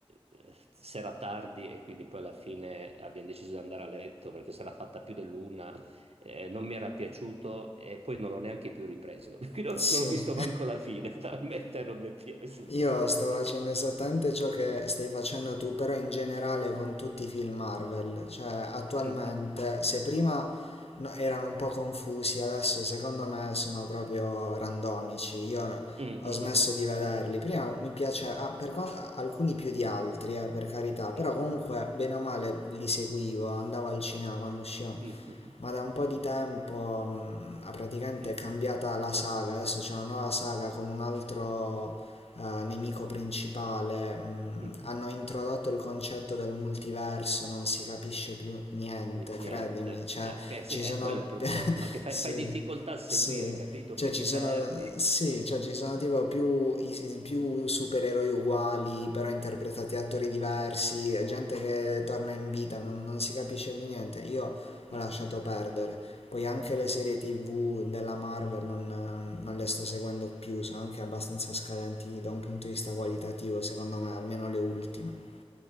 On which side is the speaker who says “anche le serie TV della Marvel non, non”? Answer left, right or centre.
Left